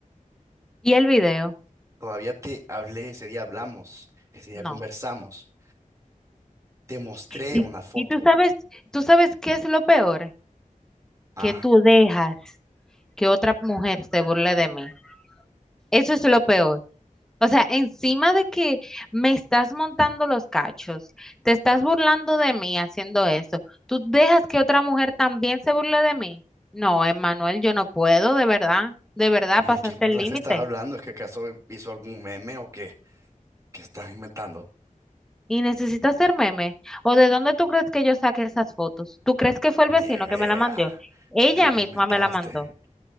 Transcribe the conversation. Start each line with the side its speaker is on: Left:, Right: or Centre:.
Centre: ¿Y el video?
Right: Todavía te hablé, ese día hablamos, ese día
Centre: No.
Right: conversamos, te mostré
Centre: Y,
Right: una foto.
Centre: y tú sabes, tú sabes qué es lo peor,
Right: Ah,
Centre: que tú dejas
Right: dime,
Centre: que otra mujer se burle de mí. Eso es lo peor. O sea, encima de que me estás montando los cachos, te estás burlando de mí haciendo eso, tú dejas que otra mujer también se burle de mí. No, Emmanuel yo no puedo, de verdad, de verdad
Right: ¿y
Centre: pasaste
Right: de qué burlas
Centre: el límite.
Right: estás hablando? ¿Es que acaso hizo algún meme o qué? ¿Qué estás inventando?
Centre: Y necesitas hacer meme. ¿O de dónde tú crees que yo saqué esas fotos? ¿Tú crees que fue el
Right: Ni
Centre: vecino
Right: idea,
Centre: que me la mandó? Ella
Right: te las
Centre: misma
Right: inventaste.
Centre: me la mandó.